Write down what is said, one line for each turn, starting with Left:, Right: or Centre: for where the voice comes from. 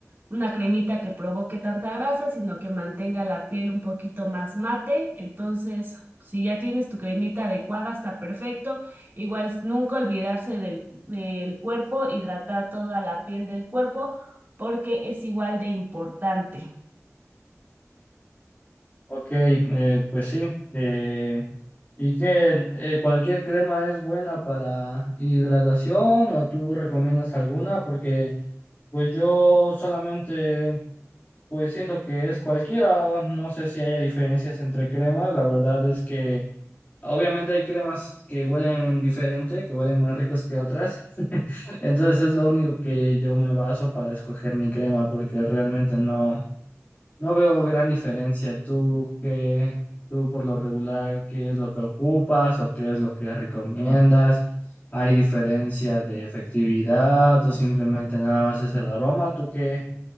Right: una cremita que provoque tanta grasa, sino que mantenga la piel un poquito más mate. Entonces, si ya tienes tu cremita adecuada, está perfecto. Igual s- nunca olvidarse del, del cuerpo, hidratar toda la piel del cuerpo, porque es igual de importante.
Left: Ok, eh, pues sí. eh, ¿y qué? eh, ¿cualquier crema es buena para hidratación o tú recomiendas alguna? Porque pues yo solamente... Pues siento que es cualquiera, no sé si haya diferencias entre cremas, la verdad es que Obviamente hay cremas que huelen diferente, que huelen más ricos que otras. <laughs> Entonces es lo único que yo me baso para escoger mi crema, porque realmente no, no veo gran diferencia. Tú qué, tú por lo regular, ¿qué es lo que ocupas o qué es lo que recomiendas? ¿Hay diferencia de efectividad o simplemente nada más es el aroma? ¿Tú qué,